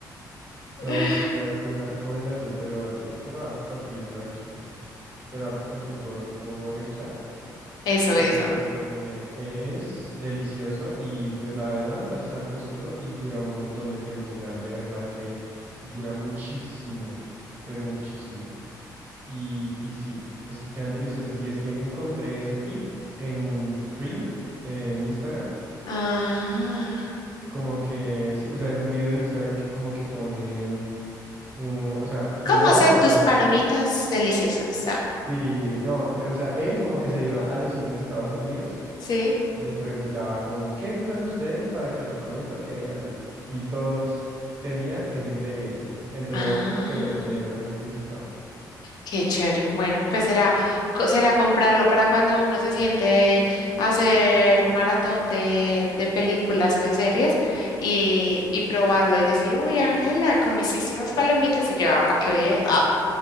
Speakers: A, on the right; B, on the left.
A: No,
B: <laughs>
A: yo sé que va a ser buena recomendación, te lo, de hecho te lo voy a compartir por aquí, te lo voy a compartir por, por el chat
B: Eso,
A: porque
B: eso.
A: es delicioso y pues la verdad no es tan costoso y dura un montón de tiempo, o sea, de verdad que dura muchísimo, pero muchísimo. Y, y sí, es que quedan deliciosas y es que encontré ese tip en un reel en Instagram,
B: Ah,
A: como que, sí, o sea, en un video de Instagram que como que ponen, un- o sea, un
B: ¿cómo
A: man
B: hacer
A: estaba
B: tus
A: como...
B: palomitas deliciosas? Ah,
A: Sí, no, eh, o sea, él como que se iba a los cines de Estados Unidos
B: sí.
A: y les preguntaba como, ¿qué usan ustedes para que las palomitas queden así? Y todos tenían ese ingrediente, entre
B: Ah.
A: otros, pero este era como el principal.
B: Qué chévere. Bueno, pues será, co- será comprarlo para cuando uno se siente a hacer maratón de, de películas o de series y, y probarlo y decir, uy, Ángela, ¿cómo hiciste esas palomitas? Y yo, ah, para que vea. Ah.